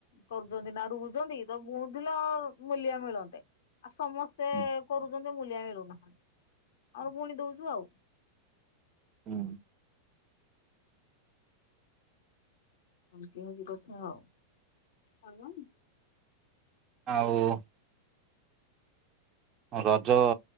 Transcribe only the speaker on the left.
କରୁଛନ୍ତି। ନା ରୋଉଛନ୍ତି ତ ବୁଣୁଥିଲ ମୁଲିଆ ମିଳନ୍ତେ। ଆଉ ସମସ୍ତେ
କରୁଛନ୍ତି ମୁୂଲିଆ ମିଳୁ ନାହାଁନ୍ତି। ଆଉ ପୁଣି ଦଉଛୁ ଆଉ।
ଏମିତି ହଉଛି କଥା ଆଉ